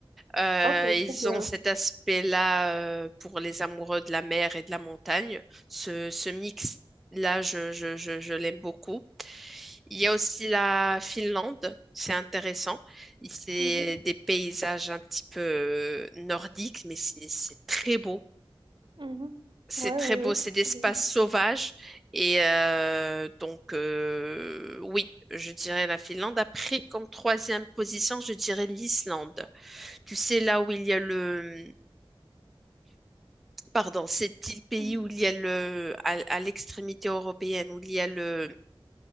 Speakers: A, in the centre; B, on the right (about 55°).
A: Euh,
B: Ok,
A: ils
B: trop bien.
A: ont cet aspect-là euh, pour les amoureux de la mer et de la montagne. Ce, ce mix-là, je, je, je, je l'aime beaucoup. Il y a aussi la Finlande, c'est intéressant. C'est
B: Mhm,
A: des paysages un petit peu euh, nordiques, mais c'est c'est très beau.
B: mhm.
A: C'est
B: Ouais,
A: très
B: ouais, ouais,
A: beau, c'est
B: c'est
A: d'espace
B: trop bien.
A: sauvage. Et euh, donc, euh, oui, je dirais la Finlande. Après, comme troisième position, je dirais l'Islande. Tu sais, là où il y a le... Pardon, c'est le pays
B: Mhm.
A: où il y a le... À, à l'extrémité européenne, où il y a le...